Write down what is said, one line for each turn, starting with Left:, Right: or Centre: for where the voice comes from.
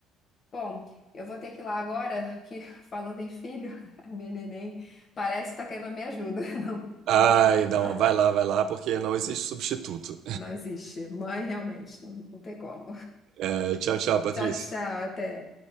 Left: Bom, eu vou ter que ir lá agora, que <laughs> falando em filho, <laughs> a minha neném parece estar querendo a minha ajuda. <laughs> Não, então
Right: Ai,
Left: eu vou ter que
Right: não,
Left: ir lá.
Right: vai lá, vai lá, porque não existe substituto.
Left: Não existe. Mãe, realmente, não não tem como.
Right: <laughs> tchau, tchau, Patrícia.
Left: Tchau, tchau, até.